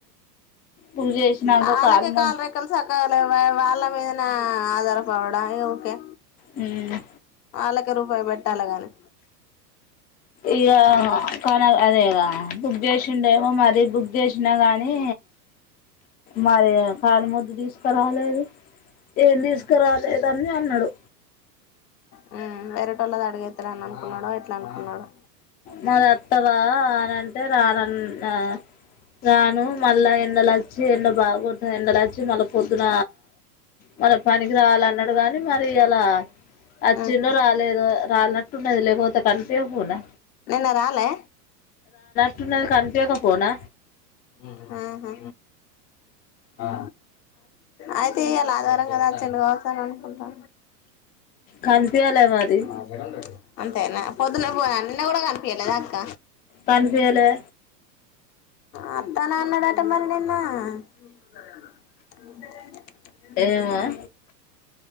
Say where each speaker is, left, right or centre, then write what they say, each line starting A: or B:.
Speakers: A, on the left (about 20°); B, on the left (about 75°).
A: బుక్ చేసినాక
B: వాళ్ళకే
A: కాలు మొ
B: కాల రెక్కలు సక్కాగ లేవయే వాళ్ళ మీద నా ఆధారపడద ఊకె
A: హ్మ్మ్
B: వాళ్ళకి రూపాయి పెట్టాల గాని
A: ఇగ కాన అదే ఇక బుక్ చేసిండేమో మరీ బుక్ చేసినా గానీ మరి కాలి మొద్దు తీసుకురాలేదు ఏం తీసుకురాలేదు అని అన్నాడు
B: హ్మ్మ్ వేరేటోళ్ళ అడిగే ఇస్తా అని అనుకున్నాడ ఎట్లా అనుకున్నాడు
A: మర అత్తదా అని అంటే అంటే రానని ఆ రాను మళ్ళా ఎండల వచ్చి ఎండ బాగ కొడతాది. ఎండలు వచ్చి మళ్ళా పొద్దున మళ్ళ పనికి రావాలన్నాడు. కానీ మరి అలా వచ్చిండో
B: ఉమ్
A: రాలేదో చాల నట్టున్నది లేకపోతే కనిపియపో పోనా
B: నిన్న రాలే
A: తున్న కాంటేకే పోనా
B: ఉ హ హా అ ఆయితే ఎలాగా ఇలాంగాదా వచ్చిండు వత్తా అనుకుంటా
A: కనిపియాలే మరి
B: న అంతేనా పొద్దున్న పోయే నిన్న కూడా కనిపియలేదా అక్క.
A: కనిపియాలే
B: వత్తాను అన్నాడు అం అత్త మరణన్నా <unintelligible> చడి ఏ విజాల
A: ఏమో
B: <unintelligible>